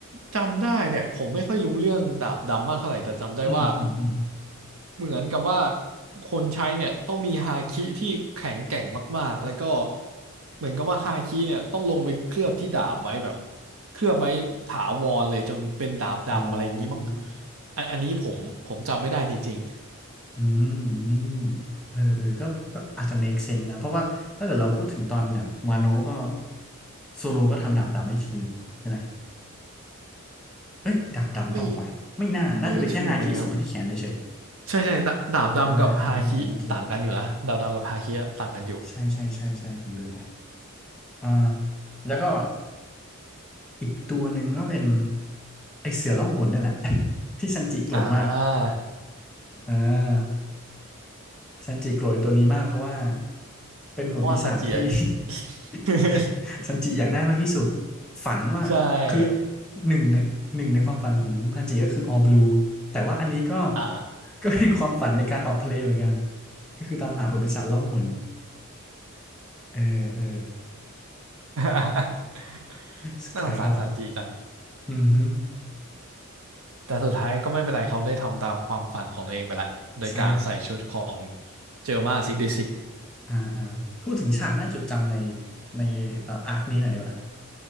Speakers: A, on the right; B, in the centre.
A: จำได้เนี่ยผมไม่ค่อยรู้เรื่องดาบดำมากเท่าไหร่แต่จำได้ว่า
B: อืมอืมอืม
A: เหมือนกับว่าคนใช้เนี่ยต้องมีฮาคิที่แข็งแกร่งมากๆแล้วก็เหมือนกับว่าฮาคิเนี่ยต้องลงไปเคลือบที่ดาบไว้แบบเคลือบไว้ถาวรเลยจนเป็นดาบดำอะไรอย่างนี้มั้ง
B: อ๋อ
A: อันอันนี้ผมผมจำไม่ได้จริง
B: อืมอืมเออเออก็ก็อาจจะ make sense นะเพราะว่าถ้าเกิดเราพูดถึงตอนอย่างวานโนก็โซโลก็ทำดาบดำได้ทีหนึ่งใช่ไหมเอ้ยดาบดำเปล่าวะไม่น่าน่าจะเป็นแค่ฮาคิส่งไปที่แขนเฉย
A: ๆไม่ไม่ไม่ชัวร์เหมือนกันครับใช่ใช่ดาดาบดำกับฮาคิต่างกันอยู่นะดาบดำกับฮาคิอะต่างกันอยู่
B: ๆเออเออน่าจะยังน่าจะยังน่าจะยัง ใช่ใช่ใช่ใช่ผมลืมไปอ่าแล้วก็อีกตัวหนึ่งก็เป็นไอเสือล่องหนนี่แหละ <laughs> ที่ซันจิโกรธมาก
A: อ่า
B: เออซันจิโกรธตัวนี้มากเพราะว่าเป็นผลปีศาจที่
A: เพราะว่าซันจิอะ <laughs>
B: <laughs> ซันจิอยากได้มากที่สุดฝันว่าคือ
A: ใช่
B: หนึ่งในหนึ่งในความฝันของซันจิก็คือ All Blue แต่ว่าอันนี้ก็
A: อ่า
B: <laughs> ก็เป็นความฝันในการออกทะเลเหมือนกันก็คือตามหาผลปีศาจล่องหนเออเออ
A: <laughs>
B: สุดท้ายก็
A: น่าสงสารซันจิจัง
B: อือฮึ
A: แต่สุดท้ายก็ไม่เป็นไรเขาได้ทำตามความฝันของตัวเองไปละโดยการใส่ชุดของ
B: ใช่
A: เจอร์มาซิกดิซิก
B: อ่าอ่าพูดถึงฉากน่าจดจำในในเอ่ออาร์คนี้หน่อยดีกว่า